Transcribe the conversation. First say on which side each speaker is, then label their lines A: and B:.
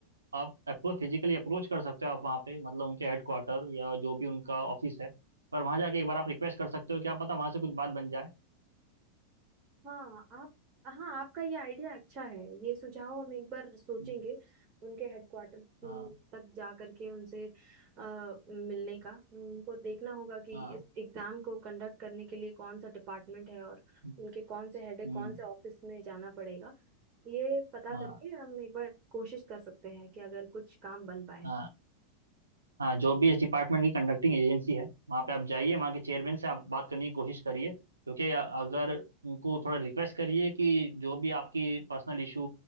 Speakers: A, on the right (about 80°); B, on the right (about 30°).
A: आप अप्रोच फिजिकली अप्रोच कर सकते हो आप वहाँ पे मतलब उनके हेडक्वार्टर या जो भी उनका ऑफिस है पर वहाँ जाके एक बार आप रिक्वेस्ट कर सकते हो क्या पता वहाँ से कुछ बात बन जाए
B: हाँ आप हाँ आपका ये आइडिया अच्छा है ये सुझाव हम एक बार सोचेंगे
A: हम्म,
B: उनके हेडक्वार्टर
A: हाँ
B: तक जा करके उनसे अ, मिलने का उनको देखना होगा कि
A: हाँ
B: इस एग्जाम को कंडक्ट करने के लिए कौन सा डिपार्टमेंट है और
A: हम्म
B: उनके कौन से हेड है कौन
A: हम्म,
B: से ऑफिस में जाना पड़ेगा ये पता
A: हाँ
B: करके हम एक बार कोशिश कर सकते हैं कि अगर कुछ काम बन पाए
A: हाँ हाँ जो भी इस डिपार्टमेंट की कंडक्टिंग एजेंसी है वहाँ पे आप जाइए वहाँ के चेयरमैन से आप बात करने की कोशिश करिए क्योंकि अ- अगर उनको थोड़ा रिक्वेस्ट करिए कि जो भी आपकी पर्सनल इशू